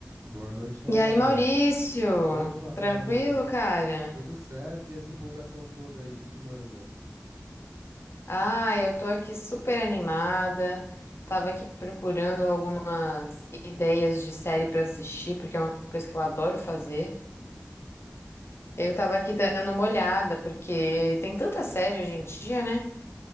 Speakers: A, on the right; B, on the left.
A: Boa noite, Nayara.
B: E aí, Maurício?
A: Opa,
B: Tranquilo,
A: minha amiga.
B: cara?
A: Tudo certo? E essa empolgação toda aí, que que manda?
B: Ah, eu tô aqui super animada. Tava aqui procurando algumas ideias de série pra assistir, porque é uma coisa que eu adoro fazer. Eu tava aqui dando uma olhada, porque tem tanta série hoje em dia, né?